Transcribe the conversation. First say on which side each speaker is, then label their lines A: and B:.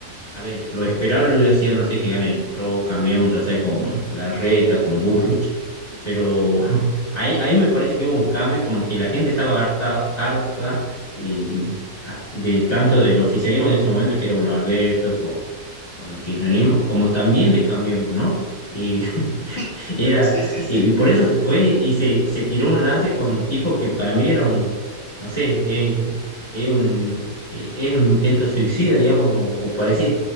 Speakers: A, on the left; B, on the left.
A: A ver, lo esperable hubiera sido, no sé, que gane el Pro, cambiamos ya sea con Larreta, con Burrich,
B: Mm.
A: pero <laughs> ahí, ahí me parece que hubo un cambio, como que la gente estaba harta, harta eh, a- de tanto del oficialismo de ese momento, que era, bueno, Alberto, con el kirchnerismo, como también de Cambiemos, ¿no? Y <laughs>
B: <laughs>
A: era,
B: Sí, sí,
A: y,
B: sí.
A: y por eso se fue y se, se tiró un lance con un tipo que para mí era un, no sé, eh, es un, eh, es un intento suicida, digamos, o, o parecido.